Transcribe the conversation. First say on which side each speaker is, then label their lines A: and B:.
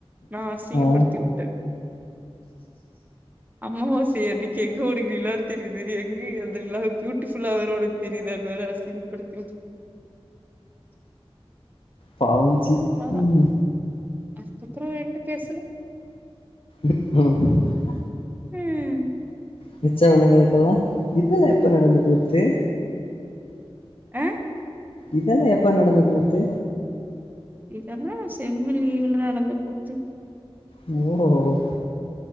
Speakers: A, on the right; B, on the left.
A: நா அசிங்கப்படுத்தி
B: ஆ
A: வுட் டே அம்மாவாசிய அன்னிக்கு எங்க உனக்கு நிலா தெரிது எங் க அந்த நிலா பியூட்டிஃபுல்லா வேற உனக்கு தெரியுதான் வேற அசிங்கப்படுத்தி வுட்
B: பாவம் ஜி
A: அவ்ளதா
B: ம்
A: அதுக்கப்புறோ என்ட்ட பேசல
B: ம்
A: ம்
B: மிச்சவனுங்களுக்கெல்லா இதெல்லா எப்ப நடந்தது பே
A: ஆ
B: இதெல்லா எப்ப நடந்த கூத்து
A: இதெல்லா செம்மு லீவுல நடந்த கூத்து
B: ஓ